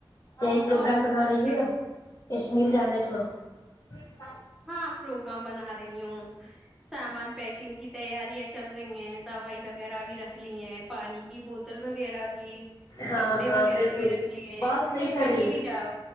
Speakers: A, on the left (about 45°); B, in the centre.
A: کیا ہی پروگرام
B: اور تو
A: بنا
B: سب
A: رہی ہے اب کشمیر جانے کا ج <unintelligible>
B: ہاں پروگرام بنا رہی ہوں سامان پیکنگ کی تیاری ہے چل رہی ہیں دوائی وغیرہ بھی رکھ لی ہیں پانی کی بوتل وغیرہ بھی
A: ہاں
B: کپڑے
A: ہاں
B: وغیرہ
A: بالکل
B: بھی رکھ لیے ہیں
A: بہت صحیح کر
B: کہیں
A: رہی ہے
B: بھی جاؤ